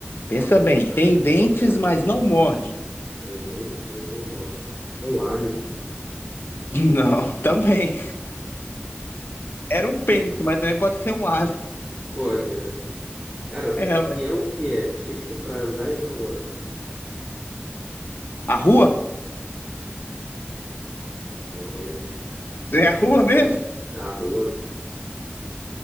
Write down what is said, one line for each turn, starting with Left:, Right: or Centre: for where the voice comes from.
Centre: Não,
Left: Pensa
Centre: não,
Left: bem,
Centre: pera.
Left: tem dentes,
Centre: Contrário.
Left: mas não morde.
Centre: Tem dente, mas não morde. É um alho.
Left: <laughs> Não, também. Era um pente, mas também pode ser um alho.
Centre: Pode, né? Cara,
Left: É,
Centre: o que
Left: ué.
Centre: é o que é? Feito pra andar e não anda.
Left: A rua?
Centre: Bom, hein?
Left: É a rua
Centre: É boa.
Left: mesmo?
Centre: É a rua.